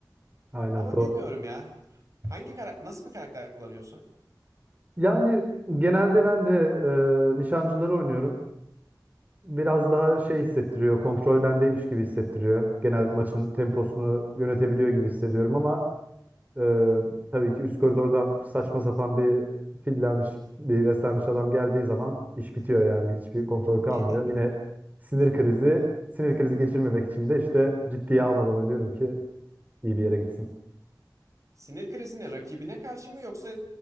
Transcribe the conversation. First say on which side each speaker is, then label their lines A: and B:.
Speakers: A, on the right; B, on the right.
A: Aynen
B: Ama
A: doğru.
B: bilmiyorum ya. Hangi karakter, nasıl bir karakter kullanıyorsun?
A: Yani genelde ben de e, nişancıları oynuyorum. Biraz daha şey hissettiriyor, kontrol bendeymiş gibi hissettiriyor. Genel maçın temposunu yönetebiliyor gibi hissediyorum ama Ee, tabii ki üst koridordan saçma sapan bir fillenmiş, bir beslenmiş adam geldiği zaman iş bitiyor yani. Hiçbir kontrol kalmıyor.
B: <laughs>
A: Yine sinir krizi, sinir krizi geçirmemek için de işte ciddiye almadan oynuyorum ki iyi bir yere gitsin.
B: Sinir krizini rakibine karşı mı yoksa